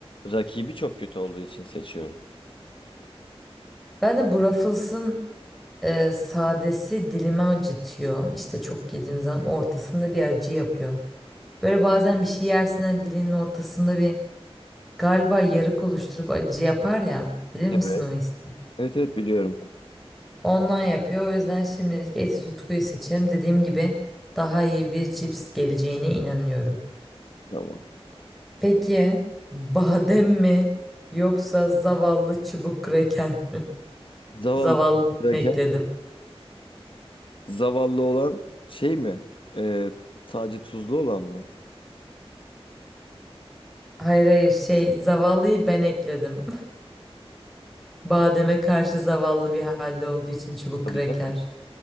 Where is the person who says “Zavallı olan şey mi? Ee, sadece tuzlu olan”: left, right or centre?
Left